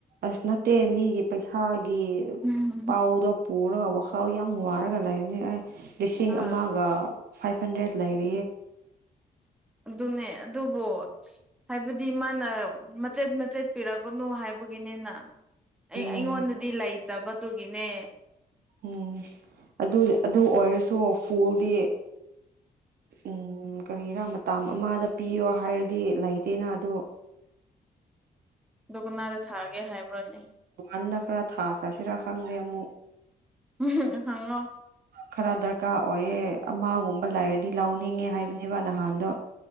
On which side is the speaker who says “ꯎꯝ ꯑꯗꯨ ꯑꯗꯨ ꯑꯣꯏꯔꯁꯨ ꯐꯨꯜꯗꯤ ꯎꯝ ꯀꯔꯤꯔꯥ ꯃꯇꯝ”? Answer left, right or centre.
Right